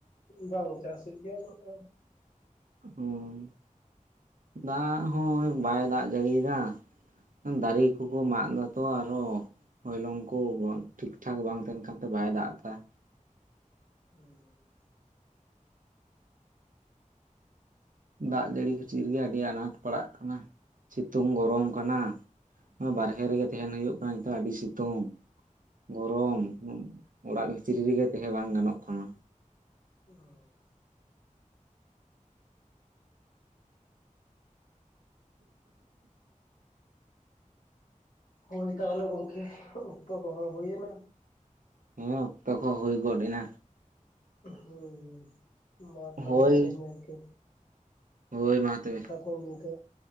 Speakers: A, on the left; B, on the right.
A: ᱵᱟᱝ ᱪᱟᱥ ᱦᱩᱭᱩᱜ ᱜᱮᱭᱟ ᱩᱱᱟᱜ ᱫᱚ᱾
B: ᱦᱩᱸ ᱫᱟᱜ ᱦᱚᱸ ᱵᱟᱭ ᱫᱟᱜ ᱡᱟᱹᱲᱤᱭ ᱮᱫᱟ ᱫᱟᱨᱤ ᱦᱟᱹᱠᱩ ᱠᱚ ᱢᱟᱜ ᱮᱫᱟ ᱛᱚ ᱟᱨᱚ ᱦᱚᱭᱞᱚᱝ ᱠᱚ ᱴᱷᱤᱠ ᱴᱷᱟᱠ ᱵᱟᱝ ᱛᱟᱦᱮᱱ ᱠᱟᱱ ᱛᱮ ᱵᱟᱭ ᱫᱟᱜ ᱮᱫᱟ᱾
A: ᱦᱩ
B: ᱫᱟᱜ ᱡᱟᱹᱲᱤ ᱠᱷᱟᱹᱛᱤᱨ ᱜᱮ ᱟᱹᱰᱤ ᱟᱱᱟᱴ ᱯᱟᱲᱟᱜ ᱠᱟᱱᱟ ᱥᱤᱛᱩᱝ ᱜᱚᱨᱚᱢ
A: ᱦᱩᱸ
B: ᱠᱟᱱᱟ᱾ ᱵᱟᱨᱦᱮ ᱨᱮᱜᱮ ᱛᱟᱦᱮᱱ ᱦᱳᱭᱳᱜ ᱠᱟᱱᱟ ᱱᱤᱛᱚᱜ ᱟᱹᱰᱤ ᱥᱤᱛᱩᱝ᱾ ᱜᱚᱨᱚᱢ ᱩᱱᱟᱹᱜ ᱚᱲᱟᱜ ᱵᱷᱤᱛᱨᱤ ᱨᱮᱜᱮ ᱛᱟᱦᱮᱸ ᱵᱟᱝ ᱜᱟᱱᱚᱜ ᱠᱟᱱᱟ᱾
A: ᱚ
B: ᱦ <unintelligible>
A: ᱦᱳᱭ ᱛᱟᱦᱚᱞᱮ ᱜᱚᱢᱠᱮ ᱚᱠᱛᱚ ᱠᱚᱦᱚ ᱦᱩᱭᱮᱱᱟ᱾
B: ᱦᱮᱸ ᱚᱠᱛᱚ ᱠᱚ ᱦᱩᱭ ᱜᱚᱫ ᱮᱱᱟ᱾
A: ᱦᱩᱸ ᱢᱟ ᱛᱟᱦᱚᱞᱮ
B: ᱦᱳᱭ
A: ᱛᱮᱦᱮᱧ ᱫᱚ ᱤᱱᱠᱟᱹ᱾
B: ᱦᱳᱭ ᱢᱟ᱾ ᱛᱚᱵᱮ
A: ᱥᱟᱹᱜᱩᱱ ᱧᱤᱫᱟᱹ᱾